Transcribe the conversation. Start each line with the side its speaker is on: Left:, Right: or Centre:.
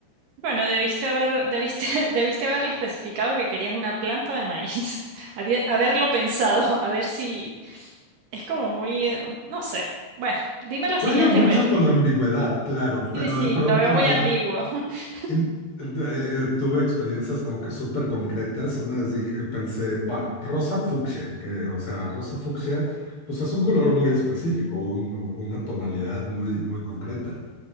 Right: Bueno, debiste haber, debiste, <laughs> debiste haberle especificado que querías una planta de maíz. <laughs> Había- haberlo pensado, <laughs> a ver si, Es como muy, eh, no sé. Bueno, dime la
Left: Juega
Right: siguiente
Left: mucho
Right: a ver.
Left: con la ambigüedad, claro, pero
Right: Sí, sí,
Left: de pronto
Right: lo veo muy
Left: hay...
Right: ambiguo. <laughs>
Left: in- eh, tuve experiencias como que súper concretas. Una vez dije, pensé, va, rosa fucsia, que, o sea, rosa fucsia, pues es un color muy específico, un- una tonalidad muy, muy concreta.